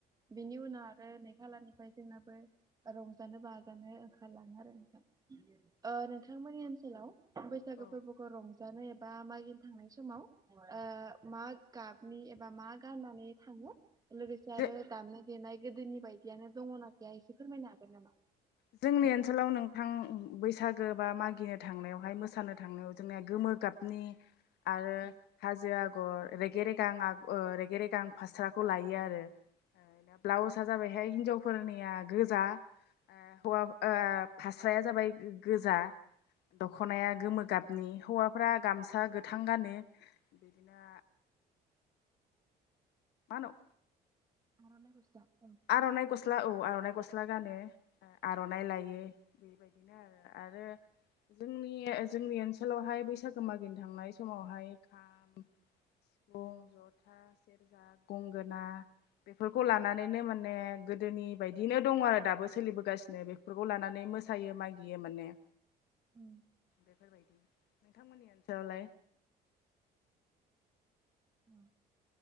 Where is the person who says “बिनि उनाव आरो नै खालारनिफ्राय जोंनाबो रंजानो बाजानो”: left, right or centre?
Right